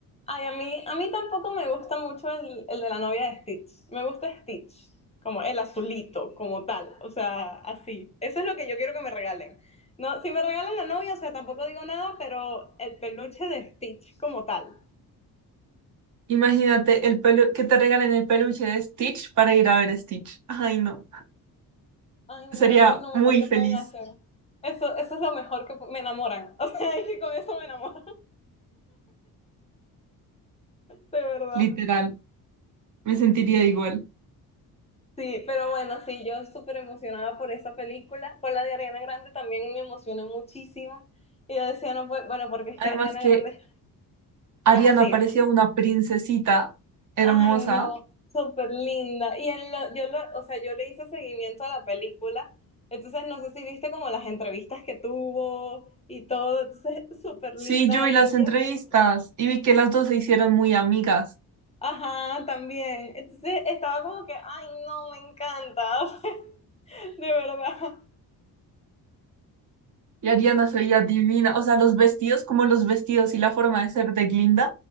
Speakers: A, on the left (about 15°); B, on the right (about 55°).
A: Ay, a mí, a mí tampoco me gusta mucho el, el de la novia de Stitch. Me gusta Stitch, como el azulito, como tal. O sea, así. Eso es lo que yo quiero que me regalen. No, si me regalan la novia, o sea, tampoco digo nada, pero el peluche de Stitch como tal.
B: Imagínate el pelu que te regalen el peluche de Stitch para ir a ver Stitch. Ay, no.
A: Ay, no,
B: Sería
A: eso es lo
B: muy
A: mejor que
B: feliz,
A: pueden hacer. Eso, eso es lo mejor que pu- me enamoran. <laughs> O sea, es que con eso me enamoran, de verdad.
B: literal. Me sentiría igual.
A: Sí, pero bueno, sí, yo súper emocionada por esa película. Con la de Ariana Grande también me emocioné muchísimo. Y yo decía, no, pues, bueno, porque es
B: Además
A: que Ariana
B: que
A: Grande
B: Ariana
A: es así.
B: parecía una princesita hermosa.
A: Ay, no, súper linda. Y en lo, yo lo, o sea, yo le hice seguimiento a la película. Entonces, no sé si viste como las entrevistas que tuvo y todo. Entonces, súper
B: Sí,
A: linda
B: yo vi
A: ella
B: las entrevistas
A: siempre.
B: y vi que las dos se hicieron muy amigas.
A: Ajá, también. Entonces, estaba como que, ay, no, me encanta, <laughs> de verdad.
B: Y Ariana se veía divina. O sea, los vestidos, como los vestidos y la forma de ser de Glinda.